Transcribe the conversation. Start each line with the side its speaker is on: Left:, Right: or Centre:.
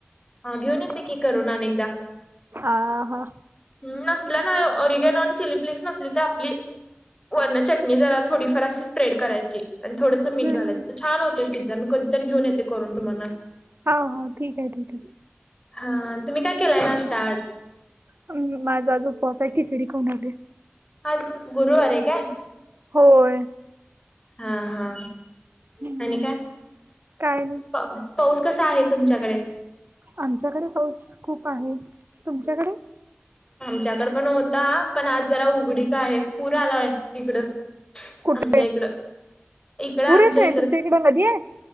Left: हा घेऊन येते की करोनाने एकदा
Right: आ ह
Left: हम् न ना अरगेनॉन चिली फ्लेक्स फ्लेक्स नसली तर आपली वर्ण चटणी जरा थोडीफार अशी स्प्रेड करायची आणि थोडंसं मठ
Right: हम्म.
Left: घालायचं छान होत पिझ्झा मी कधीतरी घेऊन ये करून तुम्हाला.
Right: हा हो ठीक आहे ठीक आहे.
Left: हा तुम्ही काय केलाय नाश्ता आज.
Right: अ माझा आज उपवास हाय खिचडी खाऊन आलूय.
Left: आज गुरुवर आहे काय.
Right: होय.
Left: हा हा
Right: हम्म,
Left: आणि काय,
Right: काय नाही
Left: पाऊस कसा आहे तुमच्याकडे.
Right: आमच्याकडे पाऊस खूप आहे तुमच्याकडे?
Left: आमच्याकड पण होता पण आज जरा उघडीक आहे पूर आलाय हीकडं.
Right: कुठे
Left: आमच्या इकडं इकड आमच्या
Right: पूर येतोय
Left: इतर.
Right: तुमच्या इकडे नदी आहे